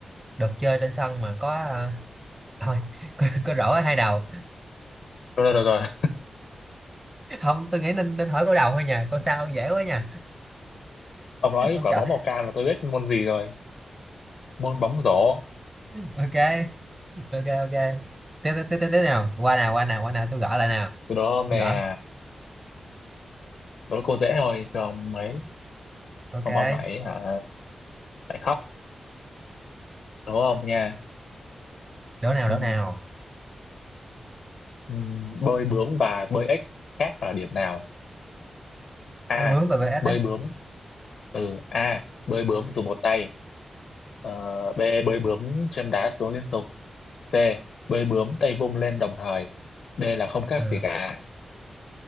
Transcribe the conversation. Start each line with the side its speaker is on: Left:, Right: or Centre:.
Right: được chơi trên sân mà có à, thôi <laughs> có, có rổ ở hai đầu
Left: Rồi, rồi, rồi, rồi.
Right: không tôi nghĩ nên nên hỏi câu đầu thôi nha câu sau dễ quá nha
Left: Ông nói
Right: ông
Left: quả
Right: chọn
Left: bóng màu cam là tôi biết môn gì rồi. Môn bóng rổ.
Right: ok ok ok tiếp tiếp tiếp tiếp tiếp nào qua nào qua nào qua nào tôi gõ lại nào
Left: Từ đó ông
Right: tôi
Left: nè,
Right: gõ
Left: đố cô dễ thôi, cho ông ấy.
Right: ok
Left: Ông ông lại hả, lại khóc. đố ông nha?
Right: đố nào
Left: Ừ.
Right: đố nào
Left: Ừm, bơi bướm và bơi ếch khác ở điểm nào a
Right: đố bướm và vs
Left: bơi
Right: á
Left: bướm ừ a bơi bướm dùng một tay Ờ, b bơi bướm chân đá xuống liên tục c bơi bướm tay vung lên đồng thời d là không khác
Right: Ờ,
Left: gì cả